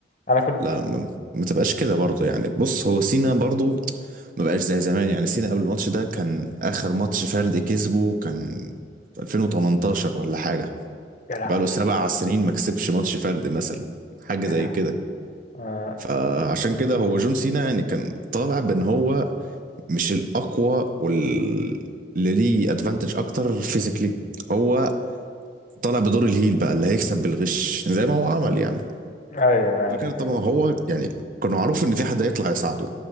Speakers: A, on the left (about 45°); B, on the right (about 50°).
A: أنا كنت
B: لا م- ما تبقاش كده برضه يعني بص هو سينا برضه ما بقاش زي زمان يعني سينا قبل الماتش ده كان اخر ماتش فردي كسبه كان في 2018 ولا حاجه
A: يا لهوي
B: بقاله سبع سنين ما كسبش ماتش فردي مثلا حاجه
A: يا
B: زي
A: لهوي
B: كده
A: آه...
B: فعشان كده هو جون سينا يعني كان طالع بان هو مش الاقوى وال اللي ليه ادفانتج اكتر فيزيكلي هو طالع بدور الهيل بقى اللي هيكسب بالغش زي ما هو عمل يعني
A: أيوه أيوه
B: فاكر طبعا هو يعني كان معروف ان في حد هيطلع يساعده